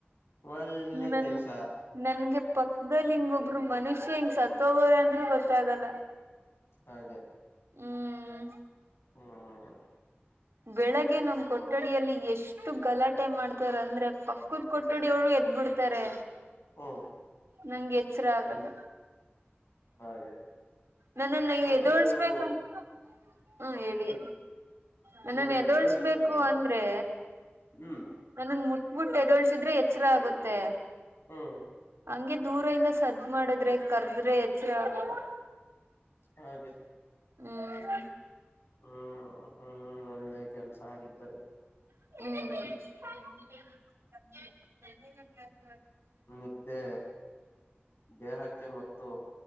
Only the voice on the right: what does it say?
ನನ್
ನನ್ಗೆ ಪಕ್ಕದಲ್ಲಿ ಹಿಂಗೊಬ್ರು ಮನುಷ್ಯ ಹಿಂಗ್ ಸತ್ತ ಹೋಗೋವ್ರೆ ಅಂದ್ರೂ ಗೊತ್ತಾಗಲ್ಲ.
ಹ್ಮ್
ಬೆಳಗ್ಗೆ ನಮ್ ಕೊಠಡಿಯಲ್ಲಿ ಎಷ್ಟು ಗಲಾಟ್ ಟ್ಟೆ ಮಾಡ್ತಾರ ಅಂದ್ರೆ ಪಕ್ಕದ ಕೊಟ್ಟಡಿ ಅವ್ರು ಎದ್ಬಿಡ್ತಾರೆ.
ನಂಗ ಎಚ್ಚರ ಆಗಲ್ಲ.
ನನ್ನನ್ನ
ಎದೋಳ್ಸ್ಬೇಕ
ಹ್ಮ ಹೇಳಿ. ನನ್ನನ್
ಎದೋಳ್ಸ್ಬೇಕು
ಅಂದ್ರೆ.
ನನ್ನನ್ ಮುಟ್ ಮುಟ್ ಎದೋಳ್ಸಿದ್ರೆ ಎಚ್ರ ಆಗುತ್ತೆ.
ಹಂಗೆ ದೂರ ಇಂದ ಸದ್ದ್ ಮಾಡದ್ರೆ ಕರ್ದ್ರೆ ಎಚ್ರ ಆಗಲ್ಲ.
ಹ್ಮ್
ಹ್ಮ್